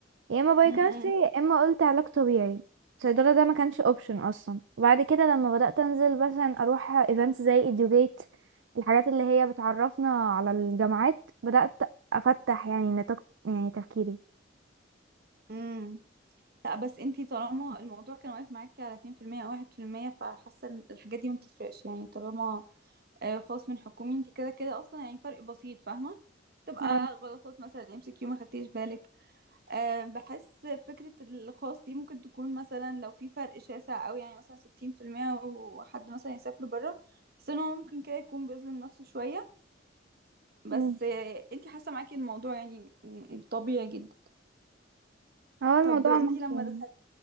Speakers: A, on the right; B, on the right.
A: يا اما بايوكيمستري
B: امم
A: يا اما قلت علاج طبيعي صيدله ده ما كانش اوبشن اصلا وبعد كده لما بدات انزل مثلا اروح ايفنتس زي ايديوجيت الحاجات اللي هي بتعرفنا على الجامعات بدات افتح يعني نطاق يعني تفكيري
B: امم لا بس انتي طالما الموضوع كان واقف معاكي على 2% او 1% فحاسه ان الحاجات دي ما بتفرقش يعني طالما آه، خاص من حكومي انتي كده كده اصلا يعني فرق بسيط فاهمه تبقى
A: اه
B: غلطات مثلا ام سي كيو ما خدتيش بالك أه بحس فكره الخاص دي ممكن تكون مثلا لو في فرق شاسع قوي يعني مثلا 60% وحد مثلا يسافر بره بس ان هو ممكن كده يكون بيظلم نفسه شويه
A: مم.
B: بس آه، انتي حاسه معاكي الموضوع يعني م- م- طبيعي جدا
A: هو الموضوع
B: طب انتي
A: ماشي
B: لما
A: يعني